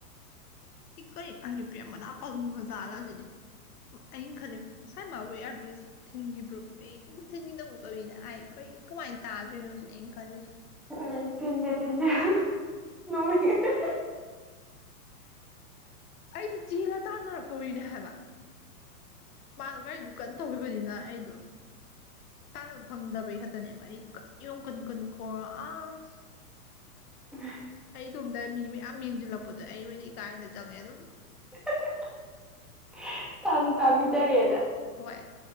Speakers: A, on the left (about 70°); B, in the centre.
A: ꯏ ꯀꯩ ꯑꯩ ꯅꯨꯄꯤ ꯃꯅꯥ ꯄꯪꯉ ꯖꯥꯠꯂꯥꯁꯤꯅꯤ ꯑꯌꯤꯡ ꯈꯜꯂꯤꯝ ꯉꯁꯥꯏ ꯃꯥꯕꯨ ꯏꯌꯔ ꯕ꯭ꯔꯤꯖ ꯊꯤꯟꯒꯤ ꯄ꯭ꯔꯨꯞ ꯑꯩ ꯊꯤꯟꯒꯤꯗꯧꯛ ꯇꯧꯋꯤꯅ ꯑꯥꯏ ꯀꯩ ꯀꯃꯥꯏꯅ ꯇꯥꯗ꯭ꯔꯤꯅꯣ ꯁꯤꯅ ꯑꯩꯅ ꯈꯜꯂꯤꯁꯦ
B: ꯎꯝ ꯊꯤꯟꯗꯦ ꯊꯤꯟꯗꯦ <unintelligible> ꯅꯣꯛꯅꯤꯡꯉꯦ <unintelligible>
A: ꯑꯩꯗꯨ ꯆꯦꯜꯂ ꯇꯥꯟꯅꯔꯛ ꯀꯧꯔꯤꯅꯦ ꯍꯥꯏꯕ ꯃꯥꯗꯣ ꯒꯥꯔꯤꯗꯨ ꯀꯟꯅ ꯇꯧꯈꯤꯕꯅꯤꯅ ꯑꯩꯗꯣ ꯀꯥꯟꯅꯕ ꯐꯪꯗꯕꯩ ꯈꯛꯇꯅꯦꯕ ꯑꯩ ꯌꯨꯝ ꯀꯨꯟ ꯀꯨꯟ ꯈꯣꯔꯥ ꯑꯁ
B: <unintelligible>
A: ꯇꯨꯝꯗ ꯃꯤ ꯃꯌꯥꯝ ꯌꯦꯡꯁꯤꯜꯂꯛꯄꯗꯣ ꯑꯩ ꯑꯣꯏꯅ ꯏꯀꯥꯏꯅ ꯆꯪꯉꯦ ꯑꯗꯨ
B: <unintelligible> ꯇꯥꯖꯨ ꯇꯥꯕꯤꯗꯔꯦꯗ
A: ꯍꯣꯏ